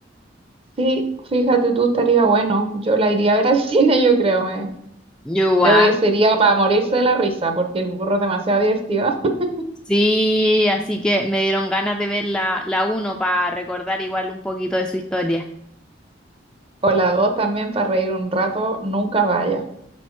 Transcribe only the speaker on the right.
Sí, fíjate tú, estaría bueno. Yo la iría a ver al <laughs> cine, yo creo. Me.
Creo que sería para morirse de la risa, porque el burro es demasiado divertido. <laughs>
O las dos también para reír un rato, nunca vaya.